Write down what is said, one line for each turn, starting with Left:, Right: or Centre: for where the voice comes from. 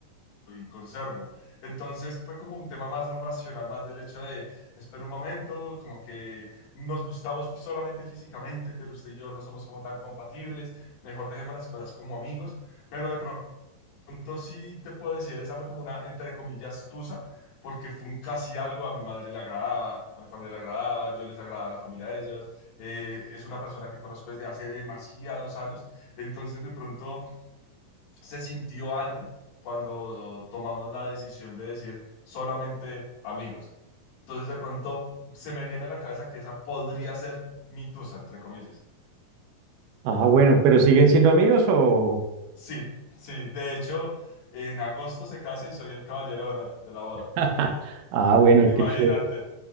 Left: y conservo. Entonces fue como un tema más racional, más del hecho de, espera un momento, como que nos gustamos solamente físicamente, pero usted y yo no somos como tan compatibles, mejor dejemos las cosas como amigos, pero de pronto pronto sí te puedo decir, esa fue como una, entre comillas, tusa, porque fue un casi algo, a mi madre le agradaba, a mi familia le agradaba, yo les agradaba a la familia de ellos, eh, es una persona que conozco desde hace demasiados años, entonces de pronto se sintió algo cuando tomamos la decisión de decir solamente amigos. Entonces de pronto se me viene a la cabeza que esa podría ser mi tusa, entre comillas.
Right: Ah, bueno, pero ¿siguen siendo amigos o...?
Left: Sí, sí, de hecho, en agosto se casa y soy el caballero de honor de la boda.
Right: <laughs> Ah, bueno,
Left: Imagínate.
Right: qué chévere.